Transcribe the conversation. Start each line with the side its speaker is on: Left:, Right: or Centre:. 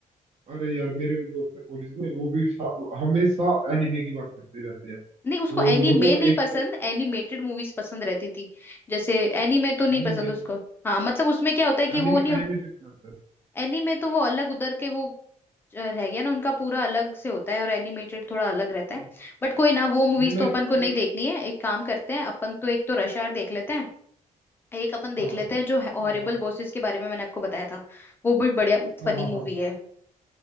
Right: अरे यार मेरे भी दोस्त है कॉलेज में वो भी सा- हमेशा एनिमे की बात करते रहते हैं
Left: नहीं उसको
Right: और
Left: एनीमे
Right: वो तो
Left: नहीं
Right: एक
Left: पसंद
Right: दो
Left: एनिमेटेड मूवीज पसंद रहती थी जैसे एनीमे तो नहीं
Right: एनिमेटेड
Left: पसंद उसको हाँ मतलब उसमें क्या होता है कि
Right: एनिमे
Left: वो नहीं
Right: एनिमेटेड करता है
Left: एनीमे तो वो अलग उधर के वो रह गया ना उनका पूरा अलग से होता है और एनिमेटेड थोड़ा अलग रहता है
Right: हाँ
Left: बट कोई ना वो मूवीज
Right: एनिमेटेड
Left: तो अपन को नहीं देखनी है एक काम करते हैं अपन तो एक तो रश आवर देख लेते हैं एक अपन देख
Right: हाँ
Left: लेते हैं जो हॉरिबल
Right: हाँ हाँ हाँ
Left: बॉसेस के बारे में मैंने आपको बताया था वो भी बढ़िया
Right: हाँ
Left: फनी
Right: हाँ हाँ
Left: मूवी है